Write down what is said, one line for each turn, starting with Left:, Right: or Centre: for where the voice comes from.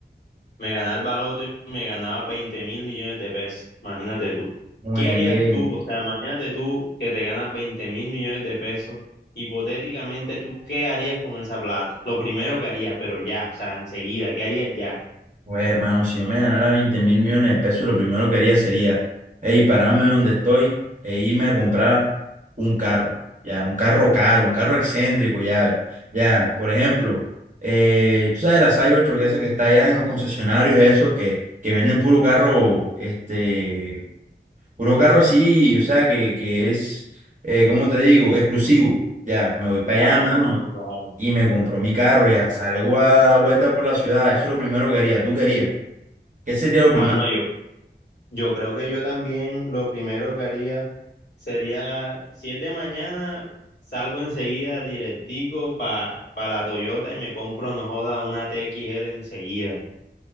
Left: me ganaba el baloto y me ganaba 20 mil millones de pesos. Imagínate tú.
Right: Muy
Left: ¿Qué harías
Right: bien.
Left: tú? O sea, imagínate tú que te ganas 20 mil millones de pesos. Hipotéticamente, ¿tú qué harías con esa plata? Lo primero que harías, pero ya, o sea, enseguida, ¿qué harías ya?
Right: Pues, hermano, si yo me ganara 20 mil millones de pesos, lo primero que haría sería, hey, pararme donde estoy e irme a comprar un carro. Ya, un carro caro, un carro excéntrico, ya. ve. Ya, por ejemplo, eh, tú sabes la Cybertruck esa que está allá en los concesionarios, esos que, que venden puro carro, este, Puro carro así, o sea, que, que es, eh, ¿cómo te digo? Exclusivo. Ya, me voy para
Left: Claro,
Right: allá, mano,
Left: mano, claro.
Right: y me compro mi carro, ya salgo a dar vuelta por la ciudad. Eso es lo primero que haría. ¿Tú qué harías? ¿Qué sería lo primero?
Left: Mano, Yo creo que yo también lo primero que haría sería, si es de mañana, salgo enseguida directico para la Toyota y me compro, no joda, una TXL enseguida.